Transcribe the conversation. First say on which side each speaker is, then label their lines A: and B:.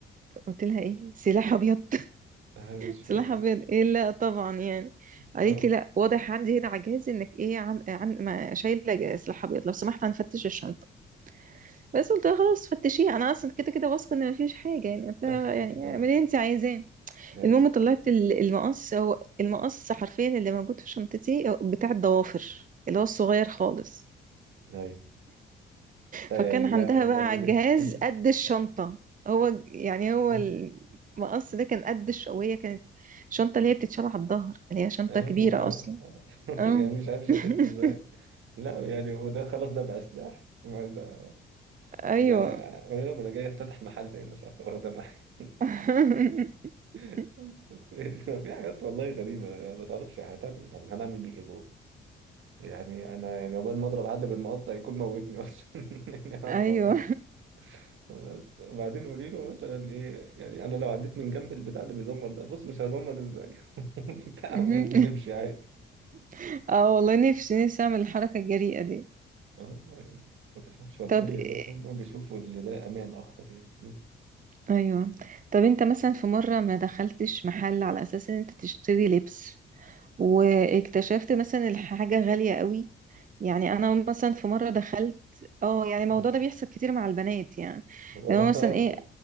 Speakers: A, on the right; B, on the right.
A: قلت لها ايه سلاح ابيض
B: آه، مش
A: سلاح
B: فاهم
A: ابيض ايه لا طبعا يعني قالت
B: اه
A: لي لا واضح عندي هنا على جهازي انك ايه عن, عن ما شايله جا- سلاح ابيض لو سمحت هنفتش الشنطه بس قلت لها خلاص فتشيها انا اصلا كده كده واثقه ان مفيش حاجه يعني قلت
B: آه.
A: لها يعني اعملي اللي انت عايزاه
B: ايوه
A: المهم طلعت ال- المقص هو المقص حرفيا اللي موجود في شنطتي هو بتاع الضوافر اللي هو الصغير خالص
B: ايوه طيب
A: فكان
B: يعني لا
A: عندها
B: ده
A: بقى
B: بالنسبه
A: على الجهاز
B: <laughs> لي
A: قد الشنطه هو يعني هو
B: آه،
A: المقص ده كان قد الش- وهي كانت شنطة اللي هي بتتشال على الظهر اللي هي شنطة
B: ايوه
A: كبيرة
B: اه
A: أصلا
B: آه. <laughs>
A: اه
B: يعني مش عارف شافته
A: <laughs>
B: ازاي لا يعني وده خلاص ده بقى سلاح ما ده
A: ايوه
B: يعني انا قولي لهم انا جاي افتتح محل هنا فاخده معايا
A: <laughs>
B: بس بس يعني <laughs> في حاجات والله غريبة يعني ما تعرفش هتعمل إيه. طب هنعمل بيه ايه جوه؟ يعني انا يعني عقبال ما اضرب حد بالمقص هيكون موتني اصلا <laughs> يعني هضرب
A: ايوه
B: مني بس وبعدين قولي له مثلا ايه يعني انا لو عديت من جنب البتاع اللي بيزمر ده بص مش هتزمر ازاي <laughs> بتاع
A: مهم.
B: ونمشي عادي
A: <laughs> اه والله نفسي نفسي اعمل الحركة الجريئة دي
B: آه، يعني ما تفهمش والله
A: طب إيه-
B: بس هم بيشوفوا اللي ده امان اخطر يعني
A: ايوه طب انت مثلا في مرة ما دخلتش محل على اساس ان انت تشتري لبس واكتشفت مثلا الحاجة غالية قوي يعني انا مثلا في مرة دخلت اه
B: <laughs>
A: يعني الموضوع
B: <laughs>
A: ده بيحصل كتير مع البنات يعني
B: <laughs> هو
A: لو مثلا ايه